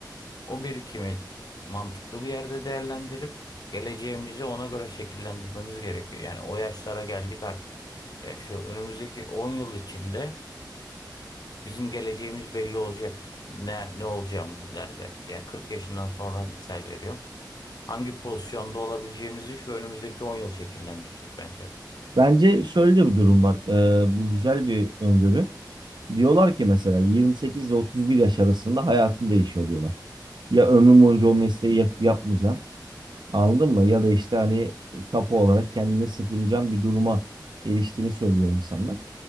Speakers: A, on the left (about 60°); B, on the right (about 75°).
A: o birikimi mantıklı bir yerde değerlendirip geleceğimizi ona göre şekillendirmemiz gerekiyor. Yani o yaşlara geldik artık. Ya şu önümüzdeki 10 yıl içinde bizim geleceğimiz belli olacak. Ne ne olacağımız ileride. Yani 40 yaşından sonra misal veriyorum. hangi pozisyonda olabileceğimizi şu önümüzdeki 10 yıl şekillendirecek bence.
B: Bence şöyle de bir durum var. Ee, bu güzel bir öngörü. Diyorlar ki mesela 28 ile 31 yaş arasında hayatın değişiyor diyorlar. ya ömrüm boyunca o mesleği yap, yapmayacağım. Anladın mı? Ya da işte hani kafa olarak kendini sıfırlayacağım bir duruma eriştiğini söylüyor insanlar.